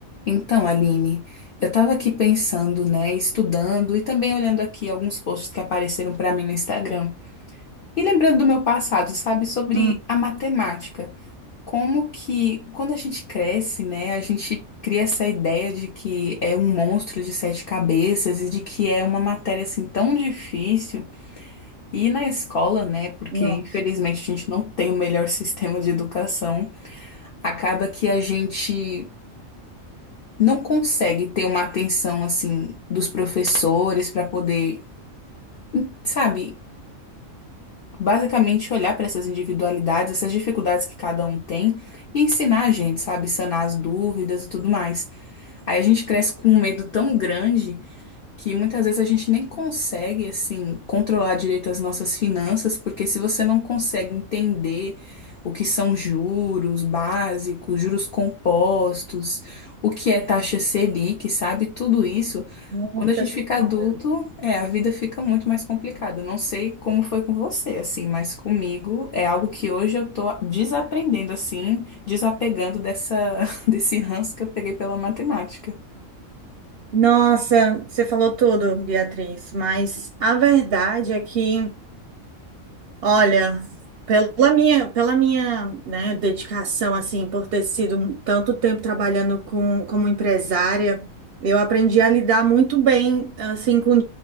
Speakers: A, on the left (about 55°); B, on the right (about 60°).
A: Então, Aline, eu estava aqui pensando, né, estudando e também olhando aqui alguns posts que apareceram para mim no Instagram. E lembrando do meu passado, sabe, sobre
B: Hum,
A: a matemática. Como que, quando a gente cresce, né, a gente cria essa ideia de que é um monstro de sete cabeças e de que é uma matéria assim tão difícil. E na escola, né, porque
B: nossa,
A: infelizmente a gente não tem o melhor <laughs> sistema de educação, acaba que a gente. não consegue ter uma atenção assim dos professores para poder, hum, sabe, basicamente olhar para essas individualidades, essas dificuldades que cada um tem e ensinar a gente, sabe, sanar as dúvidas e tudo mais. Aí a gente cresce com um medo tão grande que muitas vezes a gente nem consegue assim controlar direito as nossas finanças, porque se você não consegue entender o que são juros básicos, juros compostos, o que é taxa Selic, sabe? Tudo isso,
B: nossa
A: quando a gente
B: senhora.
A: fica adulto, é, a vida fica muito mais complicada. Eu Não sei como foi com você, assim, mas comigo é algo que hoje eu tô desaprendendo assim, desapegando dessa <laughs> desse ranço que eu peguei pela matemática.
B: Nossa, você falou tudo, Beatriz, mas a verdade é que Olha, pela minha, pela minha, né, dedicação, assim, por ter sido tanto tempo trabalhando com, como empresária, eu aprendi a lidar muito bem, assim, com